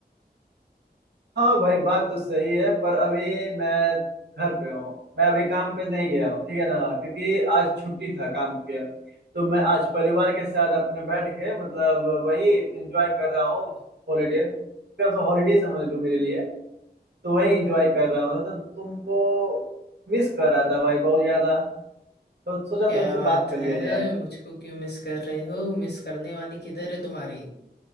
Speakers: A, on the right; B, on the left.
A: हाँ भाई बात तो सही है पर अभी मैं घर पे हूँ मैं अभी काम पे नहीं गया हूँ ठीक है ना क्योंकि आज छुट्टी था काम के तो मैं आज परिवार के साथ अपने बैठ के मतलब वही एंजॉय कर रहा हूँ हॉलीडे एकदम से हॉलीडे समझ लो मेरे लिए तो वही एंजॉय कर रहा हूँ तो तुमको मिस कर रहा था भाई बहुत ज्यादा तो सोचा
B: क्या
A: तुमसे
B: बात
A: बात कर
B: है
A: लिया जाए
B: मुझको क्यों मिस कर रहे हो मिस करने वाली किधर है तुम्हारी